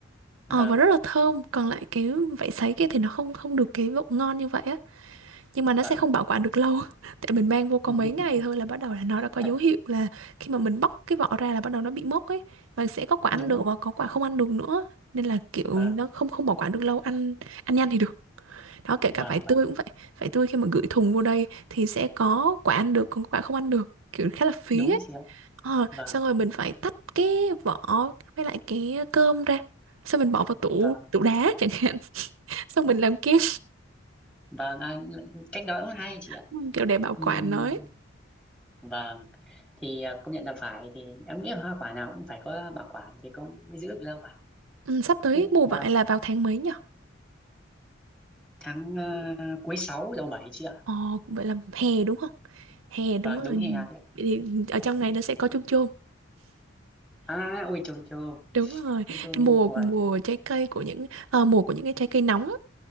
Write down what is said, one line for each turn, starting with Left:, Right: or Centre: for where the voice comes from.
Right: Ờ,
Centre: vâng
Right: và rất là thơm, còn lại cái vải sấy kia thì nó không không được cái độ ngon như vậy á. nhưng mà nó
Centre: vâng
Right: sẽ không
Centre: ạ
Right: bảo quản được lâu <laughs> tại mình mang vô có
Centre: <laughs>
Right: mấy ngày thôi là bắt đầu là nó đã có dấu
Centre: à,
Right: hiệu là khi mà mình bóc cái vỏ ra là bắt đầu nó bị mốc ấy và sẽ có quả
Centre: đúng
Right: ăn được
Centre: ạ
Right: và có quả không ăn được nữa nên là kiểu
Centre: vâng
Right: nó không không bảo quản được lâu ăn ăn nhanh thì được đó kể cả
Centre: vâng
Right: vải tươi
Centre: vâng
Right: cũng vậy vải tươi khi mà gửi thùng vô đây thì sẽ có quả ăn được còn có quả không ăn được kiểu khá là phí
Centre: đúng
Right: ấy
Centre: chị ạ
Right: ờ,
Centre: vâng
Right: xong rồi mình phải tách cái vỏ với lại cái cơm ra xong mình bỏ vào tủ
Centre: vâng
Right: tủ đá chẳng hạn <laughs> xong mình làm kem
Centre: vâng anh cách đó cũng hay chị ạ
Right: <laughs> kiểu để bảo
Centre: Ừm,
Right: quản nó ấy.
Centre: vâng thì à, công nhận là phải thì em nghĩ là hoa quả nào cũng phải có bảo quản thì cũng mới giữ được lâu mà
Right: Ừ, sắp tới
Centre: Thế-
Right: mùa
Centre: vâng
Right: vải là vào tháng mấy nhỉ?
Centre: tháng à, cuối 6 đầu bảy chị ạ
Right: Ờ, cũng vậy là hè đúng không? Hè đúng
Centre: vâng
Right: rồi.
Centre: đúng hè đấy
Right: Vậy Thì ở trong này nó sẽ có chôm chôm.
Centre: à ui chôm chôm
Right: Đúng rồi.
Centre: chôm chôm
Right: Mùa
Centre: vâng,
Right: mùa trái cây của những ờ, mùa của những cái trái cây nóng